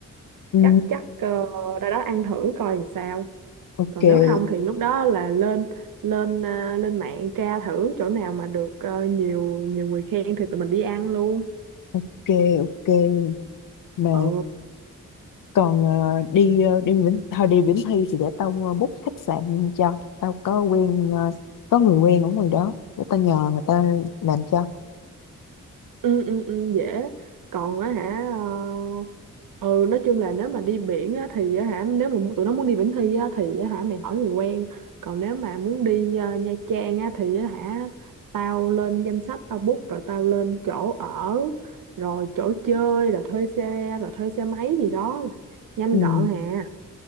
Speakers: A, on the left; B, on the right.
A: ừ,
B: chắc chắc uh, ra đó ăn thử coi làm sao
A: ok
B: còn nếu không thì lúc đó là lên lên à, lên mạng tra thử chỗ nào mà được ờ, nhiều nhiều người khen thì tụi mình đi ăn luôn
A: ok ok mà
B: ừ
A: còn ờ, đi ờ, đi Vĩnh thôi đi Vĩnh Thi thì để tao ờ, book khách sạn cho tao có quen ờ, có người quen ở ngoài đó để tao nhờ người ta làm cho
B: ừ ừ ừ dễ còn á hả ờ, ừ nói chung là nếu mà đi biển á thì á hả nếu mà tụi nó muốn đi Vĩnh Thi á thì á hả mày hỏi người quen còn nếu mà muốn đi ờ, Nha Trang á thì á hả tao lên danh sách tao book rồi tao lên chỗ ở rồi chỗ chơi rồi thuê xe rồi thuê xe máy gì đó nhanh
A: ừ.
B: gọn hà